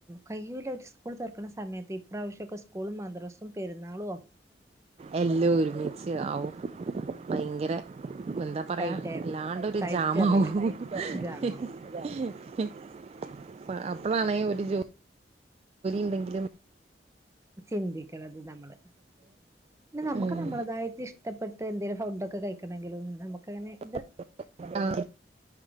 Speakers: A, on the right (about 15°); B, on the right (about 35°).
A: കയ്യൂല ഒര് സ്കൂള് തൊറക്ക്ണ സമയത്ത് ഇപ്രാവശ്യവൊക്കെ സ്കൂളും, മദ്രസും, പെരുന്നാളും, ഒ
B: എല്ലൊം, ഒരുമിച്ചാവും. ഭയങ്കര
A: ഉം
B: എന്താപറയാ,
A: ടൈറ്റ് ആയിരുന്നു
B: വല്ലണ്ടൊരു
A: ടൈറ്റ്
B: ജമാവും.
A: അറിയില്ലേ
B: <unintelligible>
A: ജാമാവും
B: അ അപ്പളാണെ ഒര് ജോലി ണ്ടെങ്കിലും
A: ചിന്തിക്കണത്, <unintelligible> പിന്നെ, നമുക്ക്
B: ഉം
A: നമ്മളതായിട്ട് ഇഷ്ടപ്പെട്ട് എന്തെങ്കിലും. ഫൗണ്ട ഒക്കെ കഴിക്കണേ ങ്കിലും നമുക്കങ്ങനെ -
B: <unintelligible> ആ